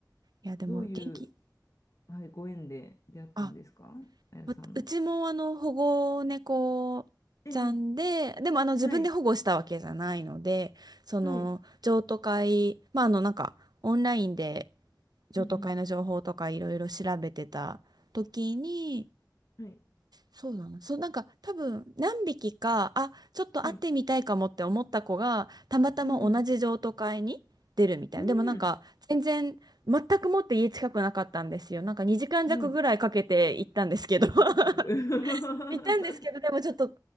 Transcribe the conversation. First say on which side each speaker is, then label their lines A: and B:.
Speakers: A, on the right; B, on the left.
A: いや、でも、
B: うどういう、
A: 元気。
B: はい、ご縁で出会ったんですかあやさんの。
A: あわうちもあの保護猫ちゃんで、
B: ええ、
A: でもあの自分で保護したわけじゃないので、
B: はい、
A: その譲渡会、
B: はい。
A: まああのなんかオンラインで譲渡会の情報とかいろいろ調べてた時に、
B: うんうん。はい。
A: そうだな、そうなんか多分何匹か、あ、ちょっと会ってみたいかもって思った子が、
B: はい。
A: たまたま同じ譲渡会に出るみたいな。
B: うんうん。
A: でもなんか全然全くもって家近くなかったんですよ。
B: うん。
A: なんか2時間弱ぐらいかけて行ったんですけど
B: はい。結構かかる。
A: <laughs>
B: <laughs>
A: 行ったんですけど、でもちょっと